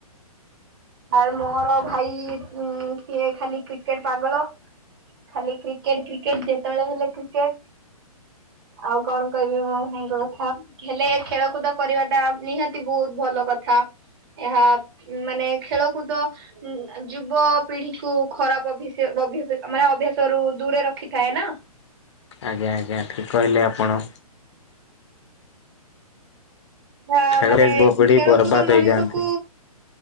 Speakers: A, on the right; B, on the left.
A: ଆରେ ମୋର ଭାଇ ଉଁ ସିଏ ଖାଲି କ୍ରିକେଟ ପାଗଳ। ଖାଲି କ୍ରିକେଟ କ୍ରିକେଟ ଯେତେବେଳେ ହେଲେ କ୍ରିକେଟ। ଆଉ କଣ କହିବି ମୋ ଭାଇଙ୍କ କଥା। ହେଲେ ଖେଳକୁଦ କରିବାଟା ନିହାତି ବହୁତ ଭଲ କଥା ଏହା ମାନେ ଖେଳକୁଦ। ଯୁବ ପିଢିକୁୁ ଖରାପ <unintelligible> ମାନେ ଅଭ୍ୟାସ ରୁ ଦୂରେ ରଖିଥାଏ ନା।
B: ଆଜ୍ଞା ଆଜ୍ଞା ଠିକ୍ କହିଲେ ଆପଣ।
A: ହ
B: ଖେଳରେ
A: ମାନେ
B: ବଗଡ଼ି
A: ଖେଳକୁଦ
B: ବର୍ବାଦ
A: ମଣିଷକୁ
B: ହେଇଯାଆନ୍ତି।